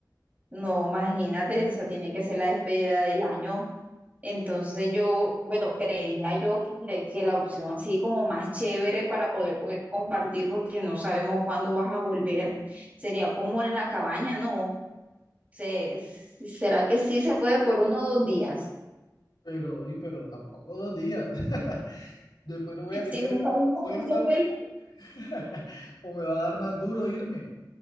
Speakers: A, on the right (about 20°); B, on the left (about 80°).
A: no, imagínate, esa tiene que ser la despedida del año. Entonces yo, bueno, creería yo que, que la opción así como más chévere para poder, poder compartir, porque no sabemos cuándo vas a volver, sería como en la cabaña, ¿no? Se, ¿será que sí se puede por uno o dos días?
B: pero, uy, pero tampoco dos días. <laughs> Después no voy a tener
A: Si no sabemos
B: fuerza
A: cuándo vuelvo,
B: <laughs> O me va a dar más duro irme,